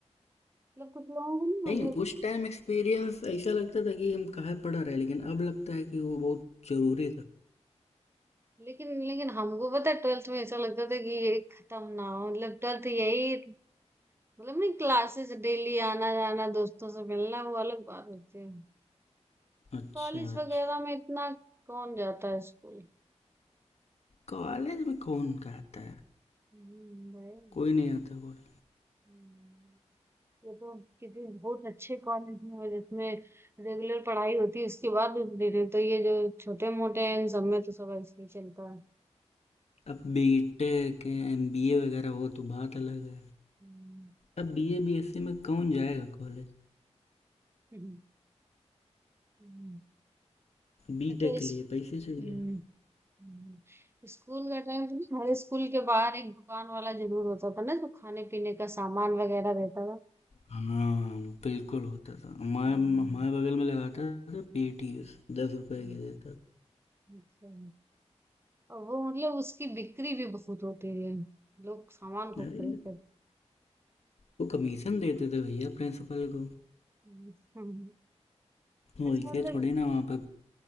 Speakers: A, on the right; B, on the left.
A: मतलब कुछ लोगों को ना
B: नहीं
A: मतलब
B: उस टाइम एक्सपीरियंस ऐसा लगता था कि हम कहाँ पढ़ा रहे लेकिन अब लगता है कि वो बहुत ज़रूरी था
A: लेकिन लेकिन हमको पता है ट्वेल्थ में ऐसा लगता था कि ये खत्म ना हो मतलब ट्वेल्थ यही मतलब नहीं क्लासेस डेली आना जाना दोस्तों से मिलना वो अलग बात होती है
B: अच्छा
A: कॉलेज
B: अच्छा
A: वगैरह में इतना कौन जाता है स्कूल
B: कॉलेज में कौन कहता है
A: हम्म, भाई
B: कोई नहीं आता कॉलेज
A: हुँ, ये तो किसी बहुत अच्छे कॉलेज में जिसमें रेगुलर पढ़ाई होती है उसके बाद भी दे रहे तो ये जो छोटे-मोटे हैं इन सब में तो सब ऐसे ही चलता है।
B: अब B tech M B A वगैरह हो तो बात अलग है
A: हुँ,
B: अब B A B S C में कौन जाएगा कॉलेज
A: हुँ, हुँ।
B: बी
A: अच्छा
B: टेक
A: इस
B: के लिए पैसे चाहिए
A: हुँ, हुँ। स्कूल का टाइम तो नहीं हर स्कूल के बाहर एक दुकान वाला ज़रूर होता था ना जो खाने-पीने का सामान वगैरह रहता था?
B: हाँ बिल्कुल होता था
A: हुँ,
B: हमारे हमारे बगल में लगाता था पीटीएस दस रुपए
A: हुँ,
B: की देता
A: अच्छा। और वो मतलब उसकी बिक्री भी बहुत होती है। लोग सामान
B: था।
A: खूब
B: अरे
A: खरीदते थे।
B: वो कमीशन देते थे भैया प्रिंसिपल को
A: हुँ, हुँ।
B: वो
A: अच्छा
B: ऐसे
A: मतलब
B: थोड़ी ना वहाँ पे